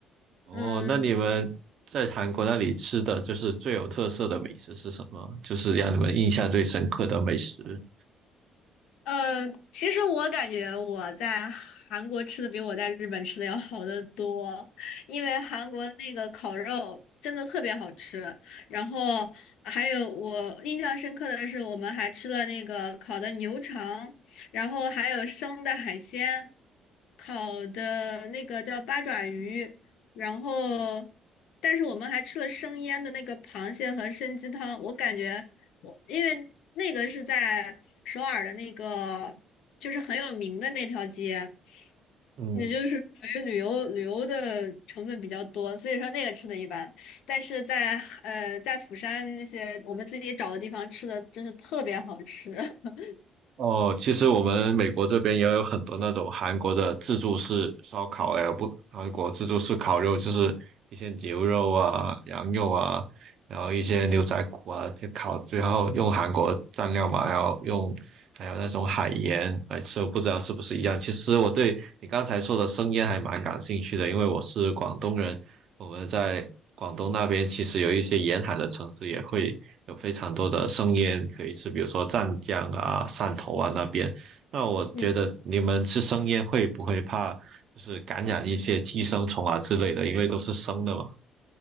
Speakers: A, on the right; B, on the left.
A: 哦，
B: 嗯，
A: 那你们在韩国那里吃的就是最有特色的美食是什么？就是让你们印象最深刻的美食。
B: 呃，其实我感觉我在韩国吃的比我在日本吃的要好得多，因为韩国那个烤肉真的特别好吃。然后还有我印象深刻的是，我们还吃了那个烤的牛肠，然后还有生的海鲜，烤的那个叫八爪鱼，然后但是我们还吃了生腌的那个螃蟹和参鸡汤，我感觉。我因为那个是在首尔的那个，就是很有名的那条街，
A: 嗯，
B: 也就是属于旅游旅游的成分比较多，所以说那个吃的一般。但是在呃在釜山那些我们自己找的地方吃的真是特别好吃。<laughs>
A: 哦，其实我们美国这边也有很多那种韩国的自助式烧烤，哎，不，韩国自助式烤肉就是一些牛肉啊、羊肉啊，然后一些牛仔骨啊，就烤，最后用韩国蘸料嘛，然后用还有那种海盐来吃，我不知道是不是一样。其实我对你刚才说的生腌还蛮感兴趣的，因为我是广东人，我们在广东那边其实有一些沿海的城市也会。有非常多的生腌可以吃，比如说湛江啊、汕头啊那边。那我觉得你们吃生腌会不会怕就是感染一些寄生虫啊之类的？
B: 嗯，
A: 因为都是生的嘛。